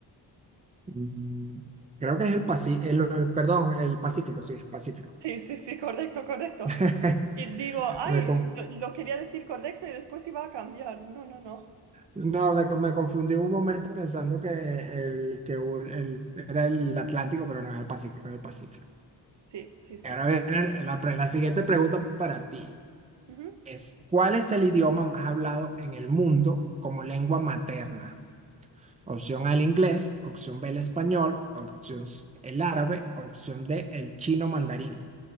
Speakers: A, on the right; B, on the right.
A: Mm, Creo que es el Pacífico, el, el- perdón, el Pacífico, sí, el Pacífico.
B: Sí, sí, sí, correcto, correcto.
A: <laughs>
B: Y digo, ay,
A: Me con-
B: lo, lo quería decir correcto y después iba a cambiar. No, no, no.
A: no, me, me confundí un momento pensando que, el, que un- el- era el Atlántico, pero no es el Pacífico, es el Pacífico.
B: Sí, sí, sí.
A: Ahora
B: correcto.
A: viene la, pre- la siguiente pregunta para ti.
B: Ujú.
A: Es, ¿cuál es el idioma más hablado en el mundo como lengua materna? Opción A, el inglés. Opción B, el español. Opción C, el árabe. Opción D, el chino mandarín.